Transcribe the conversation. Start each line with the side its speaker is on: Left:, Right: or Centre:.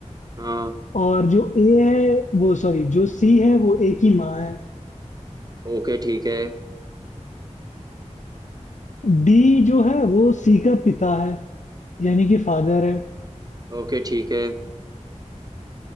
Right: हाँ
Left: और जो ए है वो सॉरी जो सी है वो ए की माँ है
Right: ओके ठीक है
Left: डी जो है वो सी का पिता है यानी कि फादर है
Right: ओके ठीक है